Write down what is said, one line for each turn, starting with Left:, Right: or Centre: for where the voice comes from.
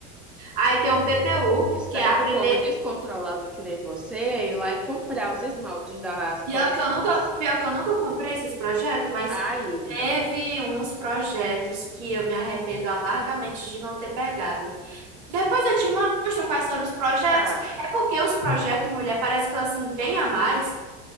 Right: Aí tem o PPU,
Centre: isso
Right: que
Centre: daí
Right: é a
Centre: é pro
Right: primeira.
Centre: povo descontrolado que nem você é ir lá e comprar os esmaltes das
Right: Pior
Centre: coleções.
Right: que eu nunca, pior que eu nunca comprei esses projetos, mas
Centre: Ainda.
Right: teve uns projetos que eu me arrependo amargamente de não ter pegado. Depois eu te mostro quais foram os projetos.
Centre: Tá.
Right: É porque os projetos, mulher, parece que ela se empenha mais,